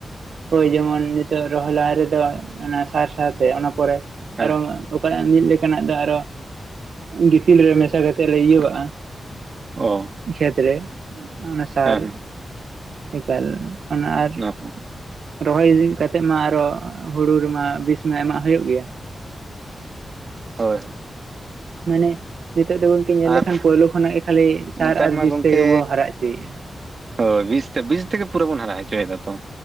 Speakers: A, on the right; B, on the right.
A: ᱦᱳᱭ ᱡᱮᱢᱚᱱ ᱱᱤᱛᱚᱜ ᱨᱚᱦᱚᱭ ᱞᱟᱦᱟ ᱨᱮᱫᱚ ᱚᱱᱟ ᱥᱟᱨ ᱥᱟᱶᱛᱮ ᱚᱱᱟ ᱯᱚᱨᱮ
B: ᱦᱮᱸ
A: ᱟᱨᱚ ᱚᱠᱟᱱᱟᱜ ᱢᱤᱫ ᱞᱮᱠᱟᱱᱟᱜ ᱫᱚ ᱟᱨᱚ ᱜᱤᱛᱤᱞ ᱨᱮ ᱢᱮᱥᱟ ᱠᱟᱛᱮᱜ ᱞᱮ ᱤᱭᱟᱹ ᱣᱟᱜᱟ
B: ᱚ
A: ᱠᱷᱮᱛ ᱨᱮ ᱚᱱᱟ ᱥᱟᱨ
B: ᱦᱮᱸ ᱦᱮᱸ
A: ᱮᱠᱟᱞ ᱚᱱᱟ ᱟᱨ
B: ᱦᱳᱭ
A: ᱨᱚᱦᱚᱭ ᱦᱩᱭ ᱠᱟᱛᱮᱜ ᱢᱟ ᱟᱨᱚ ᱦᱩᱲᱩ ᱨᱮᱢᱟ ᱵᱤᱥ ᱮᱢᱟᱜ ᱦᱩᱭᱩᱜ ᱜᱮᱭᱟ
B: ᱦᱳᱭ
A: ᱢᱟᱱᱮ ᱱᱤᱛᱚᱜ ᱫᱚ ᱜᱚᱝᱠᱮ ᱧᱮᱞ
B: ᱟᱨ
A: ᱞᱮᱠᱷᱟᱱ ᱯᱳᱭᱞᱳ ᱠᱷᱚᱱᱟᱜ ᱜᱮ ᱠᱷᱟᱹᱞᱤ ᱥᱟᱨ
B: ᱱᱮᱛᱟᱨ
A: ᱟᱨ
B: ᱢᱟ
A: ᱵᱤᱥ
B: ᱜᱚᱝᱠᱮ
A: ᱛᱮᱜᱮ ᱵᱚ ᱦᱟᱨᱟ ᱪᱚᱭᱟ᱾
B: ᱦᱳᱭ ᱵᱤᱥ ᱛᱮ ᱵᱤᱥ ᱛᱮᱜᱮ ᱯᱩᱨᱟᱹ ᱵᱚᱱ ᱦᱟᱨᱟ ᱦᱚᱪᱚᱭ ᱮᱫᱟ ᱛᱚ᱾